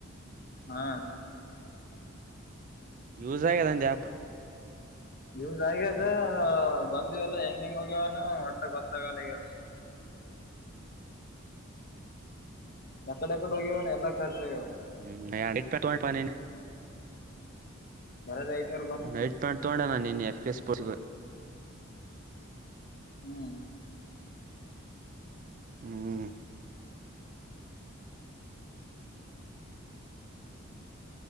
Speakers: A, on the left; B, on the right.
A: ಹಾ
B: ಯೂಸ್ ಆಗ ಅಾ ಎ ಆಪ್
A: ಯದ ಆಗ್ಯದ ಬಂದಿವವಲ್ಲ ಹೆಂಗ ಹೆಂಗ್ ಹೋಗ್ಯವಾನ ಮಟ್ಟೆ ಗೊತ್ತಾಗಲ್ಲ ಈಗ್ಯ ಯಕಡೆ ಅಕಡೆ ಹೋಗ್ಯವ ಎಲ್ಲಾ ಖರ್ಚಾಗ್ಯವ
B: ಹ್ಮ್ ನ ಇ <inaudible> ನನ್
A: ಬರದ ಐನೂರು
B: ನೈಟ್ ಪ್ಯಾಂಟ್ ತಗೋಣ ನೀನ್ ಎಫ್ ಕೆ ಸ್ಪೋರ್ಟ್ಸ್
A: ಹ್ಮ್
B: ಹ್ಮ್